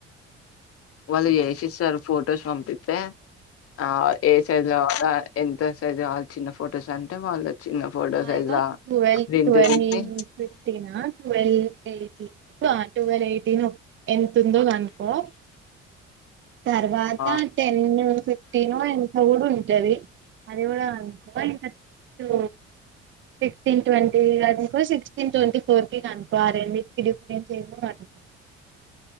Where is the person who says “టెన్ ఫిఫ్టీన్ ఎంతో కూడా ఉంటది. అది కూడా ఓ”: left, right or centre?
Right